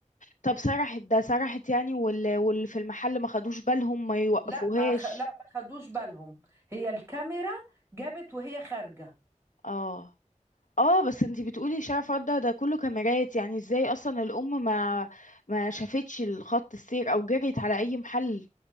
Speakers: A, on the left; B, on the right.
A: طب سرحت ده سرحت يعني وال... واللي في المحل ما خدوش بالهم ما يوقفوهاش
B: لا ما خ... لا ما خدوش بالهم هي الكاميرا جابت وهي خارجة
A: اه اه بس انتي بتقولي شارع فرد ده, ده كله كاميرات يعني ازاي اصلا الام ما ما شافتش الخط السير او جريت على اي محل